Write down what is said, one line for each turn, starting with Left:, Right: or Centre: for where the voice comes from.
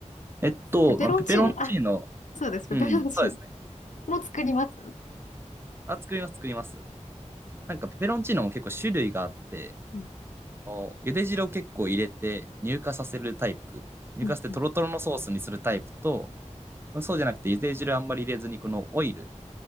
Right: えっと、
Left: ペペロンチーノ。
Right: まあペペロンチーノ、
Left: あ、そうです。ペペロンチーノ。
Right: うん、そうですね。
Left: もう作りますう
Right: あ、作ります、作ります。なんかペペロンチーノも結構種類があって、
Left: ん
Right: お茹で汁を結構入れて乳化させるタイプ、乳化してトロトロのソースにするタイプと、
Left: うんうん。
Right: そうじゃなくて茹で汁あんまり入れずにこのオイル